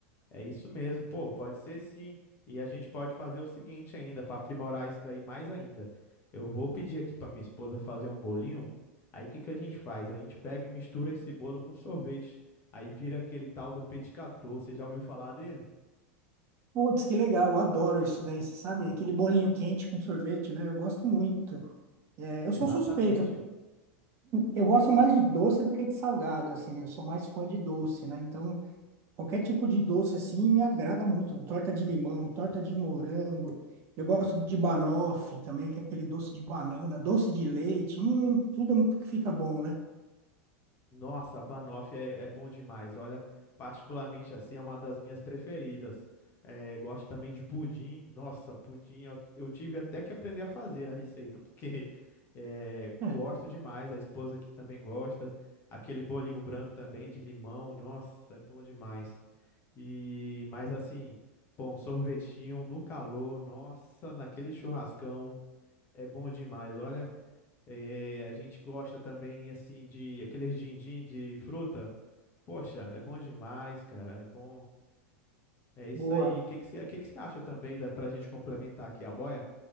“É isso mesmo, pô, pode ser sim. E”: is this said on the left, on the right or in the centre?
Left